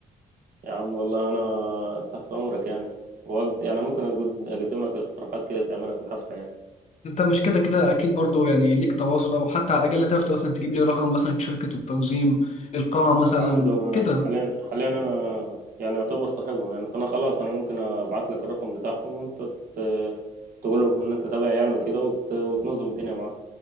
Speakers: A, on the right (about 65°); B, on the left (about 45°).
A: يا عم والله انا تحت امرك يعني وأقد... يعني ممكن أقد... اقدم لك اقتراحات كده تعملها في الحفله يعني.
B: انت مش كده كده اكيد برضه يعني ليك تواصل او حتى على الاقل تعرف مثلا تجيب لي رقم مثلا شركة التنظيم القاعة مثلا
A: عم ده
B: كده
A: حاليا حاليا انا يعني يعتبر صاحبهم يعني فانا خلاص انا ممكن ابعت لك الرقم بتاعهم وانت ت- تقول لهم ان انت تابع يعني وكده وت- وتنظم الدنيا معاهم